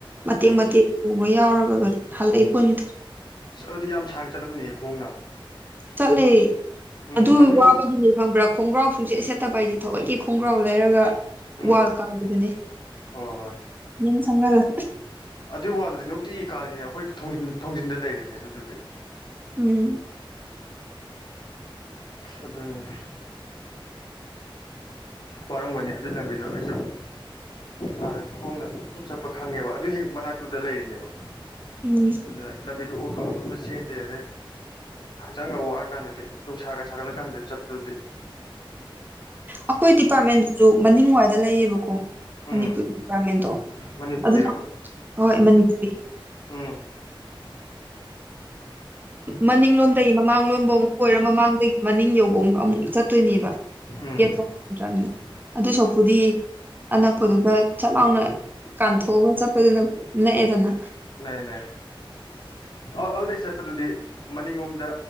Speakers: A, on the right; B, on the left.
A: ꯃꯇꯦꯛ
B: ꯎꯝ
A: ꯃꯇꯦꯛ ꯃꯣꯏ ꯌꯥꯎꯔꯒ ꯍꯜꯂꯛꯏ ꯄꯣꯠꯅꯤꯗꯣ
B: ꯑꯁ ꯑꯗꯨꯗꯤ ꯌꯥꯝ ꯁꯥꯡꯅ ꯆꯠꯂꯝꯅꯤꯌꯦ ꯈꯣꯡꯅ
A: ꯆꯠꯂꯦ
B: ꯎꯝ
A: ꯑꯗꯨ
B: ꯃꯅꯤꯡꯂꯣꯝꯗ
A: ꯋꯥꯕꯒꯤꯅꯦ ꯈꯪꯕ꯭ꯔꯥ ꯈꯣꯡꯒ꯭ꯔꯥꯎ ꯁꯨꯡꯆꯦꯠ ꯁꯦꯠꯇꯕ ꯑꯩꯁꯦ ꯊꯋꯣꯢꯒꯤ ꯈꯣꯡꯒ꯭ꯔꯥꯎ ꯂꯩꯔꯒ
B: ꯎꯝ
A: ꯋꯥꯜ ꯀꯥꯜꯅꯤꯕꯅꯦ
B: ꯍꯣꯏ ꯍꯣꯏ
A: ꯃꯤ ꯁꯪꯍꯜꯂꯒ
B: ꯑꯗꯨꯏ ꯋꯥꯜꯗꯨꯗꯤ ꯅꯨꯡꯇꯤ ꯀꯥꯜꯂꯤꯅꯦ ꯑꯩꯈꯣꯏꯒꯤ ꯊꯣꯡꯖꯤꯟꯗ ꯂꯩꯔꯤꯅꯦ ꯑꯗꯨꯗꯨꯗꯤ
A: ꯎꯝ
B: ꯑꯗꯨꯅꯤꯅꯦ ꯋꯥꯔꯝꯒꯅꯤ ꯑꯗꯨꯏ ꯂꯝꯕꯤꯗꯣ ꯑꯩꯁꯨ ꯍꯥꯟꯅ ꯈꯣꯡꯅ ꯑꯗꯨꯝ ꯆꯠꯄ ꯈꯪꯉꯦꯕ ꯑꯗꯨ ꯍꯦꯛ ꯃꯅꯥꯛꯇ ꯂꯩꯔꯤꯅꯦꯕ
A: ꯎꯝ
B: ꯑꯗꯨꯗ ꯂꯝꯕꯤꯗꯣ ꯑꯣꯇꯣ ꯅꯨꯡꯇꯣ ꯑꯝ ꯆꯦꯟꯗꯦ ꯑꯗꯩ ꯍꯛꯆꯥꯡꯒ ꯋꯥꯔꯀꯥꯟꯗꯗꯤ ꯅꯨꯡꯁꯥꯒ ꯁꯥꯒꯠꯂꯀꯥꯟꯗ ꯆꯠꯕꯗꯨꯗꯤ
A: ꯑꯩꯈꯣꯏ ꯗꯤꯄꯥꯔꯠꯃꯦꯟꯗꯨꯁꯨ ꯃꯅꯤꯡ ꯋꯥꯏꯗ ꯂꯩꯌꯦꯕꯀꯣ ꯃꯅꯤꯄꯨꯔꯤ
B: ꯎꯝ
A: ꯗꯤꯄꯥꯔꯠꯃꯦꯟꯗꯣ
B: ꯃꯅꯤꯄꯨꯔꯒꯤꯔꯕ
A: ꯑꯗꯨꯅ ꯍꯣꯏ ꯃꯅꯤꯄꯨꯔꯤ
B: ꯎꯝ
A: ꯃꯅꯤꯡꯂꯣꯝꯗꯒꯤ ꯃꯃꯥꯡ ꯂꯣꯝꯕ ꯑꯃꯨꯛ ꯑꯣꯏꯔ ꯃꯃꯥꯡꯗꯒꯤ ꯃꯅꯤꯡ ꯌꯧꯕ ꯑꯃꯨꯛ ꯑꯃꯨꯛ ꯆꯠ ꯆꯠꯇꯣꯏꯅꯦꯕ
B: ꯎꯝ
A: ꯌꯦꯗ꯭ꯔꯅꯤꯅ <inaudible> ꯑꯗꯨ ꯁꯛꯄꯨꯗꯤ ꯑꯅꯛꯄꯗꯨꯗ ꯁꯥꯠ ꯂꯥꯎꯅ ꯀꯥꯥꯟꯊꯣꯛꯑꯒ ꯆꯠꯄꯗꯨꯅ ꯅꯛꯑꯦꯗꯅ
B: ꯅꯦꯏ ꯑꯗꯨꯗꯩ ꯆꯠꯄꯗꯨꯗꯤ ꯃꯅꯤꯡꯂꯣꯝꯗ